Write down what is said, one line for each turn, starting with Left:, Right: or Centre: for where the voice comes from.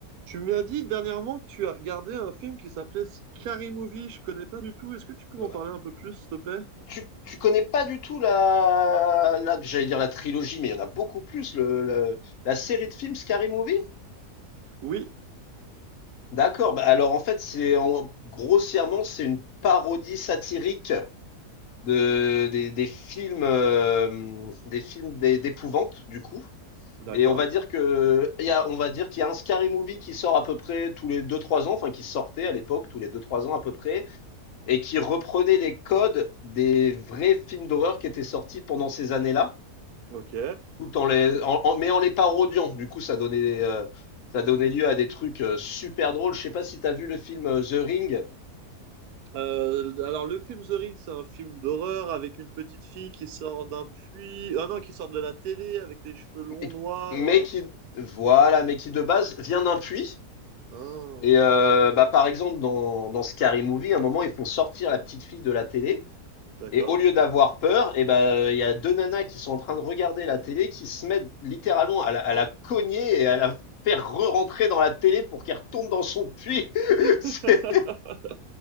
Right: Tu m'as dit dernièrement que tu as regardé un film qui s'appelait Scary Movie. Je connais pas du tout. Est-ce que tu peux m'en
Left: Euh,
Right: parler un peu plus, s'il te plaît?
Left: Tu, tu connais pas du tout la, la j'allais dire la trilogie, mais il y en a beaucoup plus, le, le- la série de films Scary Movie?
Right: Oui,
Left: D'accord, bah alors en fait, c'est en- grossièrement, c'est une parodie satirique de, des, des films, euh, des films d'é- d'épouvante, du coup.
Right: d'accord.
Left: Et on va dire que, il y a, on va dire qu'il y a un Scary Movie qui sort à peu près tous les deux trois ans, enfin qui sortait à l'époque tous les deux trois ans à peu près, et qui reprenait les codes des vrais films d'horreur qui étaient sortis pendant ces années-là.
Right: Ok.
Left: tout en les, en- en- mais en les parodiant. Du coup, ça donnait, euh, ça donnait lieu à des trucs euh, super drôles. Je sais pas si tu as vu le film euh, The Ring,
Right: Euh, alors, le film The Ring, c'est un film d'horreur avec une petite fille qui sort d'un puits. Ah non, qui sort de la télé avec les cheveux longs
Left: mais-
Right: noirs.
Left: mais
Right: euh.
Left: qui, voilà, mais qui de base vient d'un puits.
Right: Ah,
Left: Et euh, bah, par exemple, dans, dans Scary Movie, à un moment, ils font sortir la petite fille de la télé.
Right: d'accord.
Left: Et au lieu d'avoir peur, et ben il y a deux nanas qui sont en train de regarder la télé, qui se mettent littéralement à la, à la cogner et à la faire re-rentrer dans la télé pour qu'elle retourne dans son puits. <laughs>
Right: <laughs>
Left: C'est